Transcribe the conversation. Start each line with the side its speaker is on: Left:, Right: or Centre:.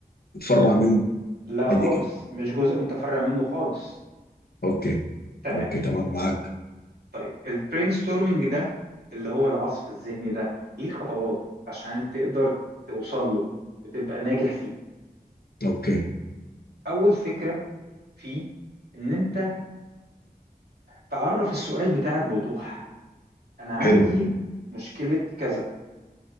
Left: متفرع منه
Right: لا خالص
Left: حاجه كده
Right: مش جزء متفرع منه خالص
Left: اوكي
Right: تمام
Left: اوكي تمام معاك
Right: طيب البرين ستورمنج ده اللي هو العصف الذهني ده ليه خطوات عشان تقدر توصل له وتبقى ناجح فيه
Left: اوكي
Right: أول فكرة فيه ان انت تعرف السؤال بتاعك بوضوح انا عندي
Left: حلو
Right: مشكلة كذا